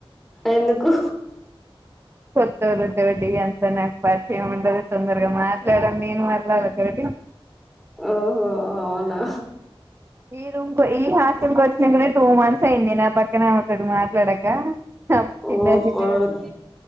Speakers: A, in the centre; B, on the right (about 25°).
A: ఎందుకు
B: కొత్తోళ్ళ తోడి ఎంత నాకు పరిచయం ఉండదు తొందరగా మాట్లాడ నేను మల్లాలతోటి
A: ఓహో అవునా
B: ఏ రూమ్ ఈ హాస్టల్ కి వచ్చినకనే టూ మంత్స్ అయింది నా పక్కనే ఆమె తోటి మాట్లాడాక
A: ఓ
B: చిన్న చిన్నగా
A: కొడుక్